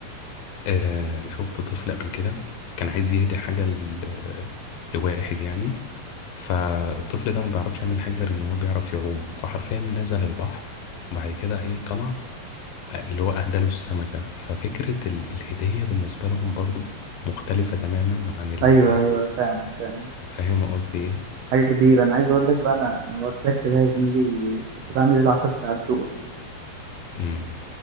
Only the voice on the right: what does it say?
ايوه ايوه فعلا فعلا
حاجه كبيره انا عايز اقول لك بقى انا انا ما قلتلكش بقى يا زميلي كنت بعمل ايه العشر ساعات دول